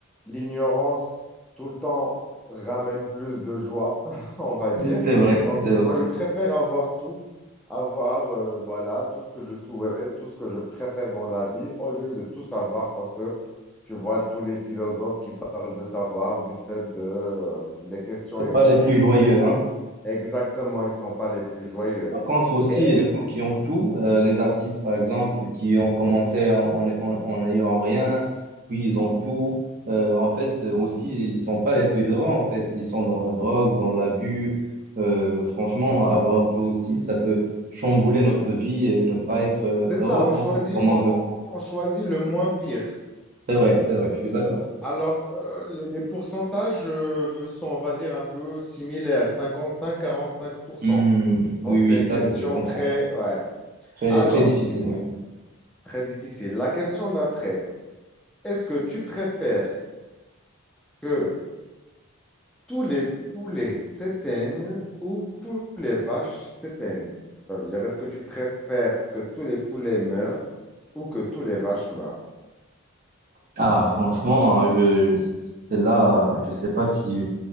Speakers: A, in the centre; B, on the right.
A: L'ignorance, tout le temps, ramène plus de joie, <laughs> on va dire.
B: <laughs> C'est vrai,
A: Donc,
B: c'est
A: moi,
B: vrai.
A: je préfère avoir tout, avoir, euh, voilà, tout ce que je souhaite, tout ce que je préfère dans la vie, au lieu de tout savoir parce que tu vois tous les philosophes qui parlent de savoir, du fait de, euh, des questions
B: C'est
A: existentielles
B: pas les plus joyeux, hein.
A: Exactement, ils ne sont pas les plus joyeux.
B: Par contre aussi,
A: Et
B: les gens qui ont tout, euh, les artistes par exemple, qui ont commencé en, en, en- en n'ayant rien, puis ils ont tout, euh, en fait euh, aussi, ils sont pas les plus heureux, en fait, ils sont dans la drogue, dans l'abus. Euh, franchement, avoir tout aussi, ça peut chambouler notre vie et ne pas être euh,
A: c'est
B: heureux,
A: ça, on
B: en
A: choisit,
B: fait, comme
A: on,
B: on veut.
A: on- on choisit le moins pire.
B: C'est vrai, c'est vrai, je suis d'accord.
A: Alors, euh, les, les pourcentages euh, sont, on va dire, un peu similaires, cinquante cinq, cinq quarante pour
B: Hmm,
A: cent.
B: oui,
A: Donc, c'est
B: oui,
A: une
B: ça,
A: question
B: je comprends.
A: très... Ouais.
B: Très,
A: Alors,
B: très difficile, oui.
A: très difficile. La question d'après, est-ce que tu préfères que tous les poulets s'éteignent ou tous les vaches s'éteignent? Ça veut dire, est-ce que tu préfères que tous les poulets meurent ou que tous les vaches meurent?
B: Ah, franchement, euh, je, celle-là, je sais pas si...